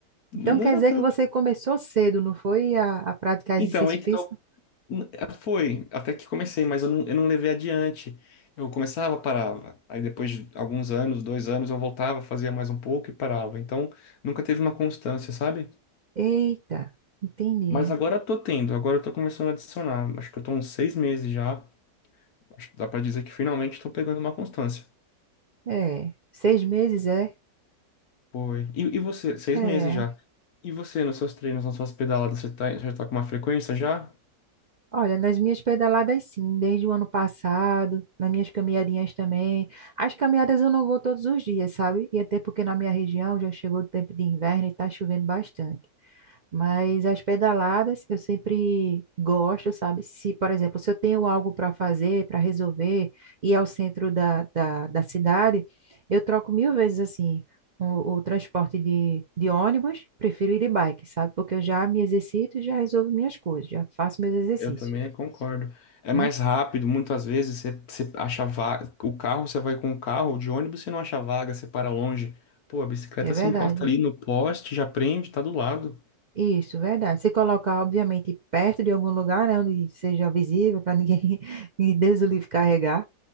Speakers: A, on the left (about 60°); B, on the right (about 80°).
A: Não
B: Então quer
A: era
B: dizer
A: tanto.
B: que você começou cedo, não foi a, a praticar
A: Então,
B: exercício
A: aí que
B: físico?
A: tal. Foi, até que comecei, mas eu não, eu não levei adiante. Eu começava, parava. Aí depois de alguns anos, dois anos, eu voltava, fazia mais um pouco e parava. Então, nunca teve uma constância, sabe?
B: Eita, entendi.
A: Mas agora eu tô tendo, agora eu tô começando a adicionar. Acho que eu tô uns seis meses já. Acho que dá pra dizer que finalmente tô pegando uma constância.
B: É, seis meses é?
A: Foi. E, e você, seis
B: É.
A: meses já. E você, nos seus treinos, nas suas pedaladas, você tá, já tá com uma frequência já?
B: Olha, nas minhas pedaladas, sim, desde o ano passado, nas minhas caminhadinhas também. As caminhadas eu não vou todos os dias, sabe? E até porque na minha região já chegou o tempo de inverno e tá chovendo bastante. Mas as pedaladas eu sempre gosto, sabe? Se, por exemplo, se eu tenho algo para fazer, para resolver, ir ao centro da, da, da cidade, eu troco mil vezes assim. O, o transporte de, de ônibus, prefiro ir de bike, sabe? Porque eu já me exercito e já resolvo minhas coisas, já faço meus exercícios
A: Eu também concordo. É
B: né?
A: mais rápido, muitas vezes você, você acha vaga. O carro, você vai com o carro, de ônibus você não acha vaga, você para longe. Pô, a bicicleta
B: É verdade.
A: se encosta ali no poste, já prende, tá do lado.
B: Isso, verdade. Se colocar, obviamente, perto de algum lugar, né, onde seja visível, para ninguém, <laughs> ninguém Deus o livre carregar.